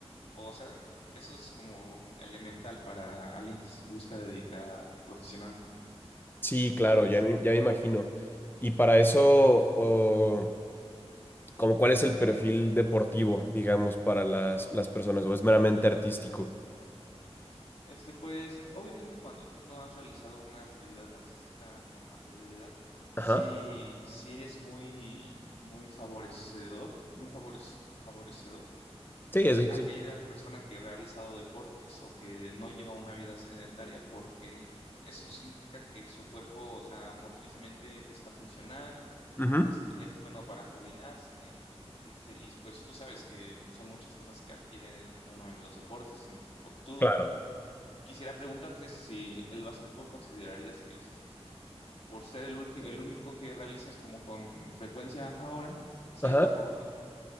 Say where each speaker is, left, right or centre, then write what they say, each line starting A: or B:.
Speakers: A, on the left; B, on the left.
A: o, o sea, eso es como elemental para alguien que se busca dedicar profesionalmente.
B: sí, claro, ya me, ya me imagino. Y para eso, o- como cuál es el perfil deportivo, digamos, para las, las personas, o es meramente artístico.
A: Este, pues, obviamente cuando tú no has realizado una actividad dancística con anterioridad,
B: Ajá.
A: sí, sí es muy, muy favorecedor, muy favorec- favorecedor
B: Sí, es sí.
A: a
B: sí.
A: aquella persona que ha realizado deportes o que no lleva una vida sedentaria, porque eso significa que su cuerpo, o sea, motrizmente está funcional,
B: Ujú.
A: este, es bueno para coordinarse, este, y pues tú sabes que son muchas cosas que adquiere uno en los deportes. ¿Tú
B: Claro.
A: Quisiera preguntarte si el básquetbol considerarías que es, por ser el último, el único que realizas como con frecuencia ahora, si
B: Ajá.
A: es tu favorito.